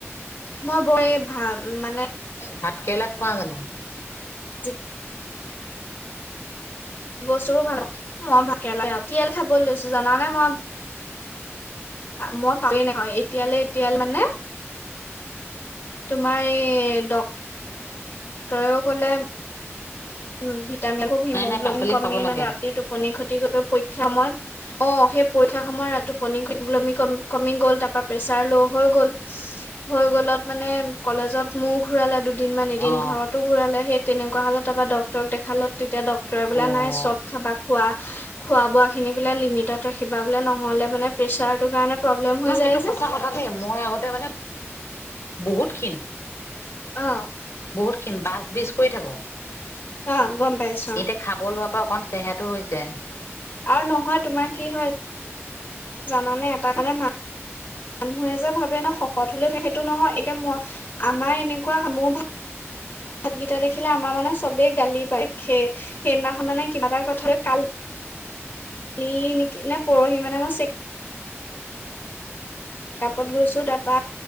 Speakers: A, on the left (about 40°); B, on the left (about 70°).
A: মই বৰ ভাল মানে
B: ভাতকেৰেলা খোৱা জানো
A: কি বস্তু বোৰ ভাল মই ভাতকেৰেলা বেয়া পাও খাব লৈছো জানে মই মই পামেই নহয় এতিয়ালৈ এতিয়ালৈ মানে তোমাৰ এই দ ডক্টৰেও ক'লে উম খুব হিমোগ্লবিন
B: নাই নাই পাচলি
A: কমি
B: খাব লাগে
A: মানে অতি টোপনি ক্ষতি কৰিব পৰিক্ষা মই অ সেই পৰীক্ষা সময় ত টোপনি কমি গল তাৰ পৰা প্ৰেছাৰ ল' হৈ গল হৈ গলত মানে কলেজত মোৰ ঘুৰালে দু দুদিন মান এদিন
B: অ
A: ঘৰতো ঘূৰালে সেই তেনেকুৱা হ'ল তাৰপা দৰব দেখালত তেতিয়া ডাক্তৰে মানে
B: অ
A: নাই চব খাবা খোৱা খোৱা বোৱা খিনি বোলে লিমিটত ৰাখিবা বোলে নহ'লে মানে প্ৰেচাৰ টো কাৰণে প্ৰব্লেম হৈ
B: অ সেইটো
A: যায় যে
B: সঁচা কথা দেই মই আগতে মানে বহুতখিনি
A: অ
B: বহুতখিনি বাছ বীজ কৰি থাকো
A: অ গম পাইছো
B: এতিয়া খাব লোৱাৰ অকন চেহেৰা টো হৈছে
A: আৰু নহয় তোমাৰ কি হয় জানানে এটা মানে মানুহে যে ভাবে ন শকত হলে সেইটো নহয় এতিয়া মই আমাৰ এনেকুৱা মোৰ ভ ভাতকেইটা দেখিলে আমাৰ মানে চবেই গালি হে সেইদিনা শুনা নে কিবা এটা কথা কাল কালি নেকি নে পৰহি মানে মই চেক কাপত গৈছো তাৰপা